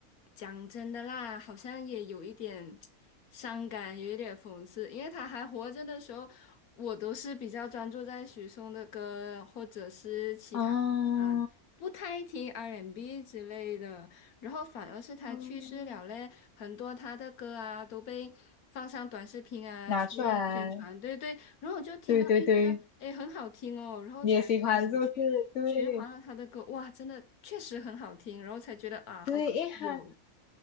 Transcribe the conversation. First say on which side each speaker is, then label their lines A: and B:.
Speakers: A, on the left; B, on the left.
A: 讲真的啦，好像也有一点伤感，有一点讽刺，因为他还活着的时候，我都是比较专注在许嵩的歌，或者是其他，
B: 啊。
A: 嗯，不太听 R&B N 之类的。然后反而是他去世了嘞，
B: 嗯
A: 很多他的歌啊都被放上短视频啊去宣传，
B: 拿出来
A: 对对，然后我就听到，
B: 对对对，
A: 诶，觉得诶很好听哦，然后才开始去循环了他的歌，
B: 你也喜欢是不是？对
A: 哇，真的确实很好听，然后才觉得啊，
B: 对，
A: 好有，
B: 因为他